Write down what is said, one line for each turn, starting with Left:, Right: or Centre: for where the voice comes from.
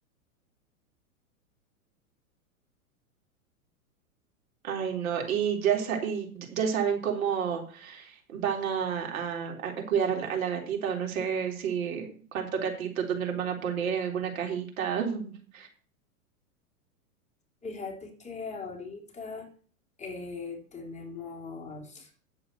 Right: Ay, no, y ya, sa- y y ya saben cómo van a, a- a- a cuidar a la, a la gatita, o no sé si cuántos gatitos, dónde los van a poner, en alguna cajita. <laughs>
Left: Fíjate que ahorita eh, tenemos